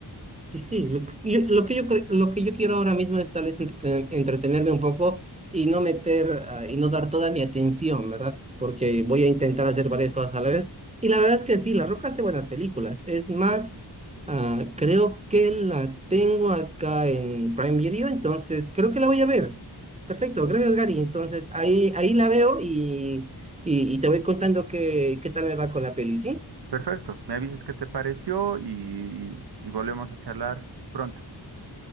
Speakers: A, on the right; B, on the right.
A: Y sí, lo que yo, lo que yo, cre- lo que yo quiero ahora mismo es tal vez entretener- entretenerme un poco y no meter ah, y no dar toda mi atención, ¿verdad? Porque voy a intentar hacer varias cosas a la vez. Y la verdad es que sí, La Roca hace buenas películas. Es más, ah, creo que la tengo acá en Prime Video, entonces creo que la voy a ver. Perfecto, gracias Gary. Entonces ahí, ahí la veo y, y, y te voy contando qué, qué tal me va con la peli, ¿sí?
B: Perfecto, me avisas qué te pareció y, y y volvemos a charlar pronto.